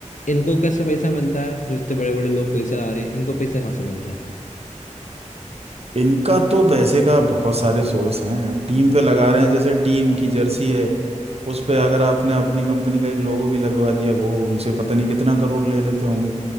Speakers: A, on the left; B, on the right.
A: इनको कैसे पैसा मिलता है जो इतने बड़े बड़े लोग पैसा लगा रहे हैं इनको पैसा कहाँ से मिलता है
B: इनका तो पैसे का बहुत सारे सोर्स हैं अब टीम पे लगा रहे हैं जैसे टीम की जर्सी है उस पे अगर आपने अपनी कंपनी का एक लोगो भी लगवा दिया वो उनसे पता नहीं कितना करोड़ ले लेते होंगे